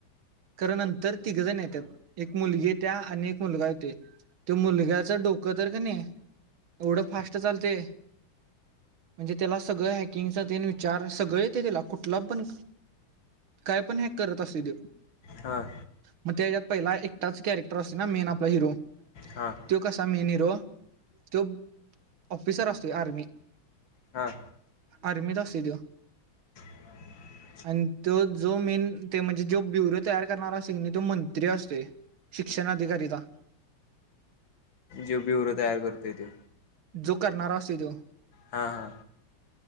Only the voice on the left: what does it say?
हां
हां
हां
<inaudible>
जे ब्युरो तयार करतय त्यो
हा हा.